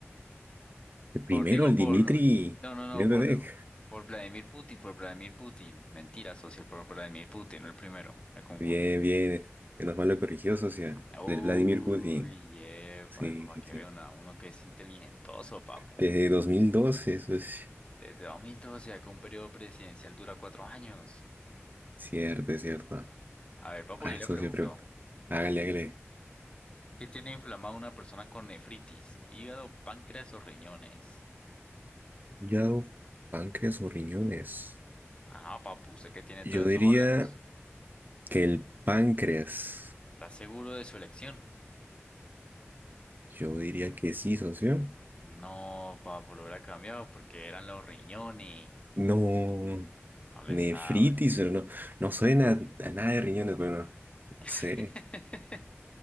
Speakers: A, on the right; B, on the left.
A: El primero,
B: Por, digo,
A: el
B: por.
A: Dmitri
B: No, no, no,
A: Medvedev.
B: por, por Vladimir Putin, por Vladimir Putin. Mentira, socio, por Vladimir Putin, no el primero. Me confundo.
A: Bien, bien. Menos mal lo corrigió, socia.
B: Uy,
A: El Vladimir Putin.
B: epa,
A: Sí,
B: para
A: sí,
B: que
A: sí.
B: vea una- uno que es inteligentoso, papu.
A: Desde 2012, eso es
B: Desde 2012, acá un periodo presidencial dura cuatro años.
A: cierto, es cierto.
B: A ver, papu,
A: A ver,
B: yo le
A: socio,
B: pregunto.
A: pero hágale, hágale.
B: ¿Qué tiene inflamado una persona con nefritis? Hígado, páncreas o riñones.
A: Hígado, páncreas o riñones.
B: Ajá, papu, usted que tiene
A: Yo
B: todos
A: diría
B: esos órganos.
A: que el páncreas.
B: ¿Está seguro de su elección?
A: Yo diría que sí, socio.
B: No, papu, lo hubiera cambiado porque eran los riñones.
A: No,
B: No
A: nefritis,
B: le sabe.
A: pero no, no suena a nada de riñones, bueno, no
B: <laughs>
A: sé.